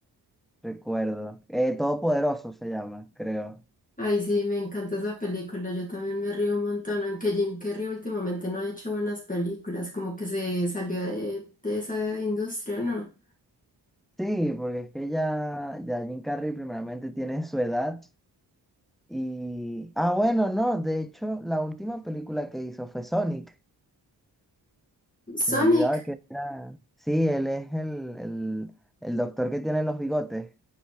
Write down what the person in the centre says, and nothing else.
recuerdo. Eh, Todopoderoso se llama, creo.
Sí, porque es que ya, ya Jim Carrey primeramente tiene su edad y... Ah, bueno, no, de hecho, la última película que hizo fue Sonic. Me
olvidaba que era... Sí, él es el, el, el doctor que tiene los bigotes.